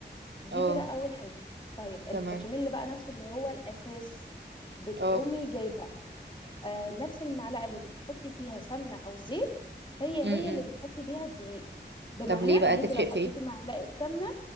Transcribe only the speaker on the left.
دي
كده اول حاجه طيب البشاميل
بقى نفسه اللي هو الاساس بتقومي
جايبه آه نفس المعلقه اللي بتحطي فيها سمنه او زيت هي هي
اللي بتحطي بيها الدقيق بمعنى
ان
انت
لو حطيتي
معلقه سمنه